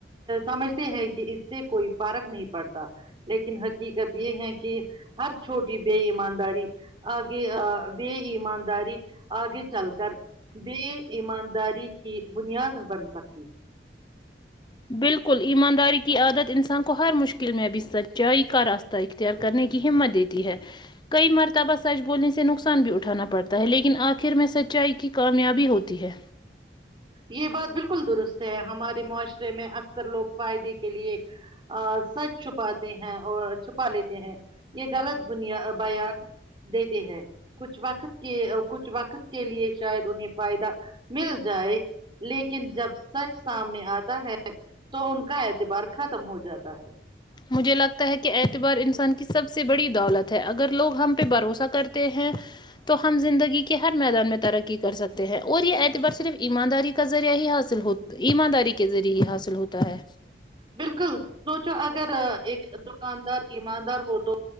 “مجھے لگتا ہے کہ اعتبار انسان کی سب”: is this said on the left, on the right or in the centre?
Left